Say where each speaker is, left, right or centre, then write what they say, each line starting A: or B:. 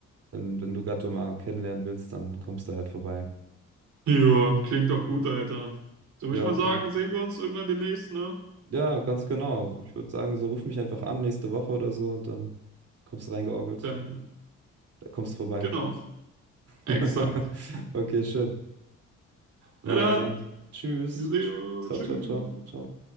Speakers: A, on the right (about 55°); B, on the right (about 70°).
A: wenn, wenn du Gato mal kennenlernen willst, dann kommst du halt vorbei.
B: Ja, klingt doch
A: Ja.
B: gut, Alter. So würde
A: Ja,
B: ich mal
A: keine
B: sagen,
A: Ahnung.
B: sehen wir uns irgendwann demnächst, ne?
A: Ja, ganz genau. Ich würde sagen, so ruf mich einfach an nächste Woche oder so und dann kommst du reingeorgelt.
B: Dann,
A: Da kommst du vorbei.
B: genau, exakt.
A: <laughs> Okay, schön.
B: Na
A: Na
B: dann,
A: dann. Tschüss.
B: wir sehen uns.
A: Ciao,
B: Tschüss.
A: ciao, ciao, ciao.